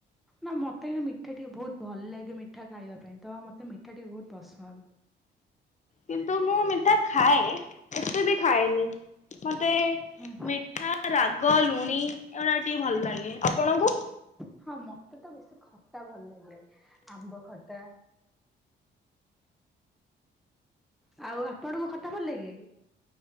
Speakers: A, in the centre; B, on the left (about 35°).
A: ନା ମତେ ମିଠା ଟିକେ ବହୁତ ଭଲ ଲାଗେ ମିଠା ଖାଇବା ପାଇଁ ତ ମତେ ମିଠା ଟିକେ ବହୁତ ପସନ୍ଦ।
B: କିନ୍ତୁ ମୁଁ ମିଠା ଖାଏ ଏତେ ବି ଖାଏନି। ମତେ
A: ହଁ।
B: ମିଠା ରାଗ ଲୁଣି ଏଗୁଡା ଟିକେ ଭଲ ଲାଗେ ଆପଣଙ୍କୁ।
A: ହଁ ମତେ ତ ବେଶୀ ଖଟା ଭଲ ଲାଗେ ଆମ୍ବ ଖଟା ଆଉ ଆପଣଙ୍କୁ ଖଟା ଭଲ ଲାଗେ?